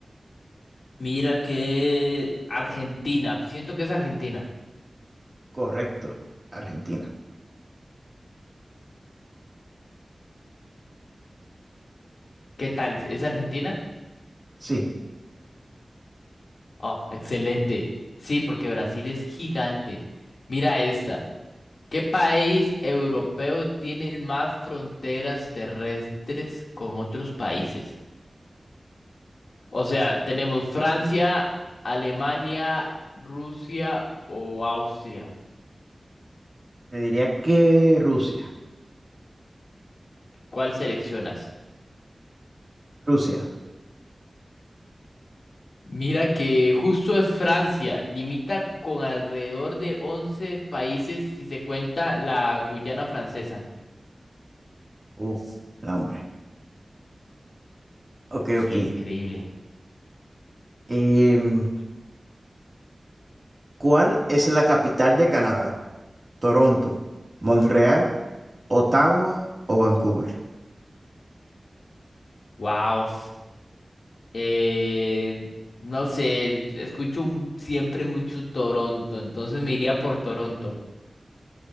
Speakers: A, on the left; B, on the right.
A: mira que Argentina. Siento que es Argentina.
B: Correcto, Argentina.
A: ¿Qué tal? ¿Es Argentina?
B: Sí,
A: Oh, excelente. Sí, porque Brasil es gigante. Mira esta. ¿Qué país europeo tiene más fronteras terrestres con otros países? O sea, tenemos Francia, Alemania, Rusia o Austria.
B: te diría que Rusia.
A: ¿Cuál seleccionas?
B: Rusia.
A: Mira que justo es Francia, limita con alrededor de 11 países si se cuenta la Guyana francesa.
B: Uf, no, hombre. Okey,
A: Sí,
B: okey.
A: increíble.
B: Em, ¿cuál es la capital de Canadá? ¿Toronto, Montreal, Ottawa o Vancouver?
A: Wow. Eh, no sé, el- escucho un- siempre mucho Toronto, entonces me iría por Toronto.